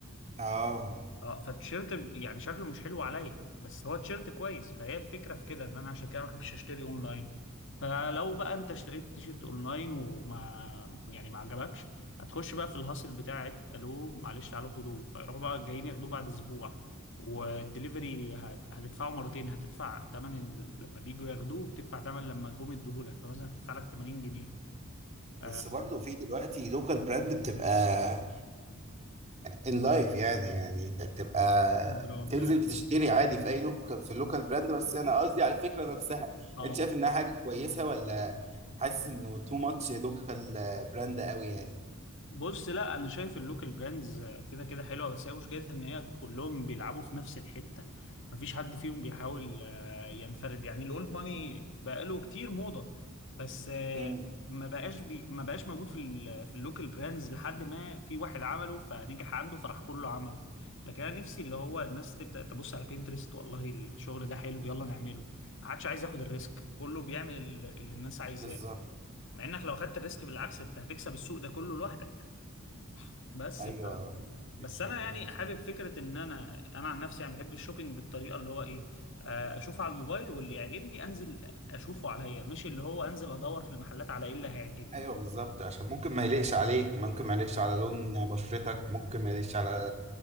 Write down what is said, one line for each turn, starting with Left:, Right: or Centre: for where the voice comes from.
Right: اه
Left: اه فالتيشيرت يعني شكله مش حلو عليا بس هو تيشيرت كويس فهي الفكره في كده ان انا عشان كده ما بحبش اشتري اونلاين فلو بقى انت اشتريت تيشيرت اونلاين وما يعني ما عجبكش هتخش بقى في الهاصل بتاعت الو معلش تعالوا خدوه فيروحوا بقى جايين ياخدوه بعد اسبوع والدليفري هت... هتدفعه مرتين هتدفع تمن ال- لما بيجوا ياخدوه بتدفع تمن لما جم يديهولك فمثلا هتدفع لك 80 جنيه آه
Right: بس برضه في دلوقتي لوكال براند بتبقى ان لايف يعني يعني انت بتبقى
Left: جرام
Right: بتنزل
Left: ده
Right: بتشتري عادي في اي لوكال في اللوكال براند بس انا قصدي على الفكره نفسها
Left: اه
Right: انت شايف انها حاجه كويسه ولا حاسس انه تو ماتش لوكال براند قوي يعني
Left: بص لا انا شايف اللوكال براندز كده كده حلوه بس هي مشكلتها ان هي كلهم بيلعبوا في نفس الحته مفيش حد فيهم بيحاول آه، ينفرد يعني الاولد ماني بقاله كتير موضه بس آه،
Right: امم
Left: ما بقاش بي ما بقاش موجود في ال في اللوكال براندز لحد ما في واحد عمله فنجح عنده فراح كله عمله لكن انا نفسي اللي هو الناس تبدا تبص على بينترست والله الشغل ده حلو يلا نعمله ما حدش عايز ياخد الريسك كله بيعمل اللي الناس عايزاه
Right: بالظبط
Left: مع انك لو خدت الريسك بالعكس انت هتكسب السوق ده كله لوحدك بس
Right: ايوه
Left: ف...
Right: فكره
Left: بس انا
Right: كويسه
Left: يعني حابب فكره ان انا انا عن نفسي يعني بحب الشوبينج بالطريقه اللي هو ايه آه، اشوف على الموبايل واللي يعجبني انزل اشوفه عليا مش اللي هو انزل ادور في المحلات على ايه اللي هيعجبني
Right: ايوه بالظبط عشان ممكن ما يليقش عليك ممكن ما يليقش على لون بشرتك ممكن ما يليقش على